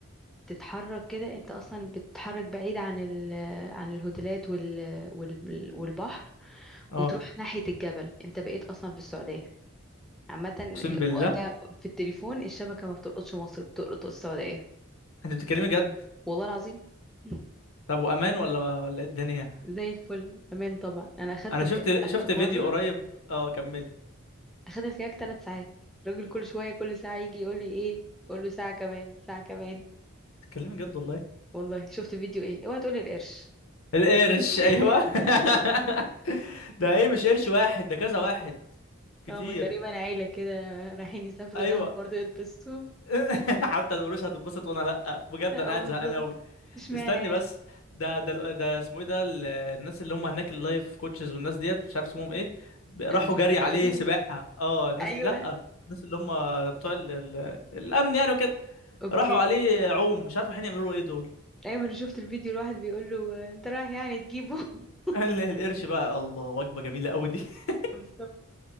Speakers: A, in the centre; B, on the left.
A: تتحرك كده انت اصلا بتتحرك بعيد عن ال عن الهوتيلات وال وال والبحر
B: اه
A: وتروح ناحية الجبل انت بقيت اصلا في السعودية عامة
B: اقسم بالله
A: وقتها في التليفون الشبكة ما بتلقطش مصر بتلقط السعودية
B: انت بتتكلمي جد
A: والله العظيم <laughs>
B: طب وامان ولا ولا ايه الدنيا
A: زي الفل امان طبعا انا اخدت
B: انا
A: الكاك
B: شفت
A: اخر
B: شفت
A: مرة
B: فيديو قريب اه كملي
A: اخدت الكاك ثلاث ساعات الراجل كل شوية كل ساعة يجي يقول لي ايه اقول له ساعة كمان ساعة كمان
B: تتكلمي جد والله
A: والله شفت فيديو ايه اوعى تقولي القرش
B: القرش
A: <laughs>
B: ايوه <laughs> ده ايه مش قرش واحد ده كذا واحد كتير
A: هما تقريبا عيلة كده رايحين يسافروا
B: ايوه
A: دهب برضه يتبسطوا
B: <laughs> حتى القروش هتتبسط وانا لا بجد
A: اه
B: انا قاعد
A: بالظبط
B: زهقان قوي
A: اشمعنى
B: استني
A: يعني
B: بس ده ده ال- ده اسمه ايه ده ال- الناس اللي هم هناك اللايف كوتشز والناس ديت مش عارف اسمهم ايه ب- راحوا
A: الفري
B: جري
A: دايفنج
B: عليه سباحة اه الناس
A: ايوه
B: دي لا الناس اللي هم بتوع ال... ال... الامن يعني وكده
A: اوكي
B: راحوا عليه عوم مش عارف الحين يعملوا له ايه دول
A: ايوه انا شفت الفيديو الواحد بيقول له انت رايح يعني تجيبه <laughs>
B: ال- القرش بقى الله وجبة جميلة قوي دي <laughs>
A: بالظبط